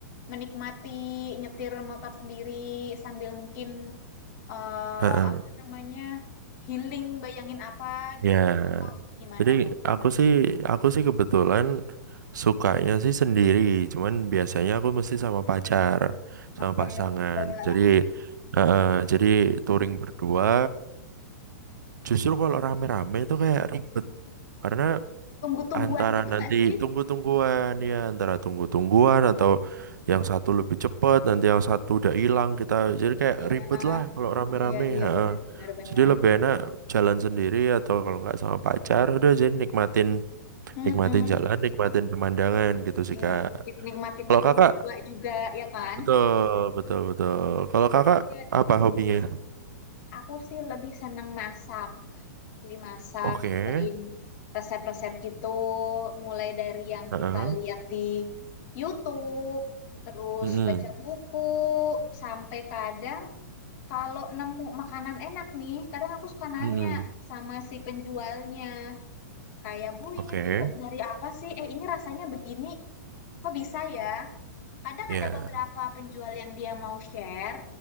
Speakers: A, on the left; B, on the right.
A: menikmati nyetir motor sendiri sambil mungkin eh,
B: Heeh.
A: apa namanya healing bayangin apa
B: Ya,
A: gitu atau gimana
B: jadi
A: tuh
B: aku sih, aku sih kebetulan sukanya sih sendiri. Cuman biasanya aku mesti sama pacar, sama
A: Oke,
B: pasangan.
A: berdua.
B: Jadi, heeh, jadi touring berdua. Justru kalau rame-rame itu kayak ribet. Karena
A: Tunggu-tungguan
B: antara
A: gitu
B: nanti
A: nggak sih?
B: tunggu-tungguan ya, antara tunggu-tungguan atau yang satu lebih cepat, nanti yang satu udah hilang kita. Jadi kayak
A: Iya,
B: ribet lah kalau rame-rame.
A: iya, iya
B: ha.
A: benar benar benar.
B: Jadi lebih enak jalan sendiri atau kalau nggak sama pacar, udah jadi nikmatin
A: Mm-mm,
B: nikmatin jalan, nikmatin pemandangan gitu sih
A: iya,
B: Kak.
A: nikmatin
B: Kalau
A: waktu
B: Kakak,
A: berdua juga ya kan?
B: betul, betul, betul. Kalau Kakak
A: Iya,
B: apa hobinya?
A: Aku sih lebih seneng masak. Jadi masak,
B: Oke.
A: cobain resep-resep gitu, mulai dari yang
B: Heeh.
A: kita lihat di YouTube, terus
B: Mm-mm.
A: baca buku, sampai kadang kalau nemu makanan enak nih, kadang aku suka nanya
B: Mm-mm.
A: sama si penjualnya. Kayak Bu
B: Oke.
A: ini tuh dari apa sih? Eh ini rasanya begini, kok bisa ya? Kadang
B: Ya.
A: ada beberapa penjual yang dia mau share,